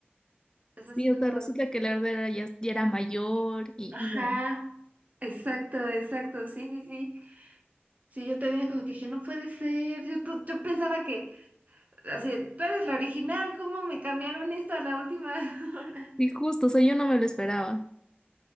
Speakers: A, on the right (about 40°); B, on the left (about 20°).
A: es
B: Sí,
A: así
B: o
A: como
B: sea, resulta
A: de...
B: que la Erdera ya, ya era mayor y
A: Ajá.
B: no.
A: Exacto, exacto, sí, sí, sí. Sí, yo también como que dije, no puede ser, yo, to- yo pensaba que, así, tú eres la original, ¿cómo me cambiaron esto a la última hora?
B: Y
A: <laughs>
B: justo, o sea, yo no me lo esperaba.